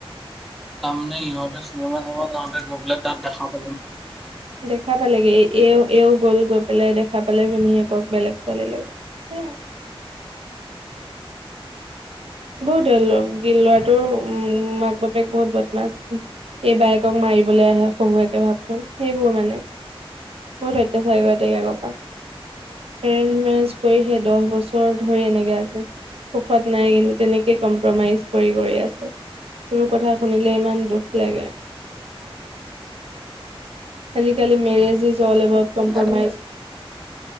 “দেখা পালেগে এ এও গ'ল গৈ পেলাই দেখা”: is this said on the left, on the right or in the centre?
Right